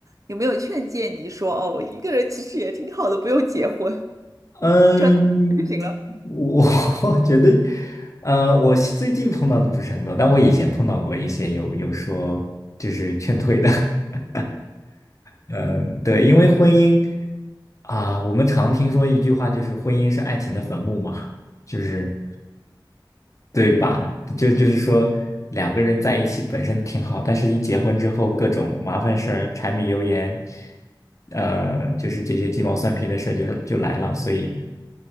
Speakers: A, on the right; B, on the left.
A: 有没有劝诫你说，哦，一个人其实也挺好的，不用结婚，
B: 嗯，
A: 就他 <laughs> 就行了。
B: 嗯我 <laughs> 我觉得，呃，我最近碰到的不是很多，但我以前碰到过一些有有说就是劝退的。<laughs> 嗯，对，因为婚姻啊、我们常听说一句话，就是婚姻是爱情的坟墓嘛，就是对吧？就就是说，两个人在一起本身挺好，但是一结婚之后，各种麻烦事儿、柴米油盐，呃，就是这些鸡毛蒜皮的事儿就就来了。所以，